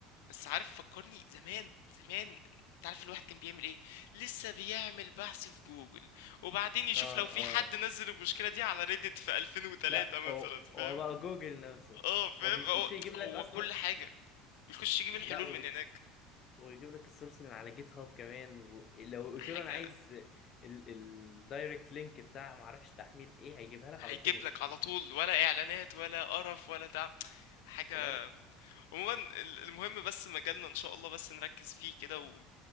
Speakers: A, on the left; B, on the left.
A: بس عارف فكرني زمان زمان انت عارف الواحد كان بيعمل ايه لسه بيعمل بحث في جوجل وبعدين يشوف
B: اه
A: لو في
B: اه
A: حد نزل المشكله دي على ريدت في 2003
B: لا
A: مثلا
B: هو
A: فاهم
B: هو بقى جوجل نفسه
A: اه فاهم
B: هو بيخش
A: هو
B: يجيب لك
A: هو
B: اصلا
A: كل حاجه بيخش يجيب الحلول
B: لا
A: من هناك
B: ويجيب لك السورس من على جيت هاب كمان ولو قلت
A: حاجه
B: له انا عايز الدايركت لينك بتاع معرفش تحميل ايه هيجيبها لك
A: هيجيب
B: على طول
A: لك على طول ولا اعلانات ولا قرف ولا تعب حاجة
B: خلاص
A: عموما ال- المهم بس مجالنا ان شاء الله بس نركز فيه كده و...